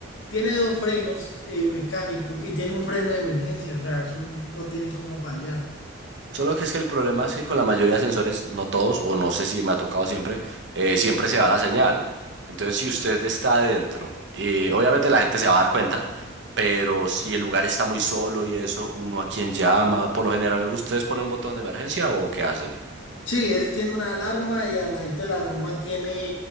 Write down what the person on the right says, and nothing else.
Solo que es que el problema es que con la mayoría de sensores, no todos, o no sé si me ha tocado siempre, eh, siempre se va la señal. Entonces, si usted está adentro, eh, obviamente la gente se va a dar cuenta, pero si el lugar está muy solo y eso, uno a quién llama, por lo general, ¿ustedes ponen un botón de emergencia o qué hacen?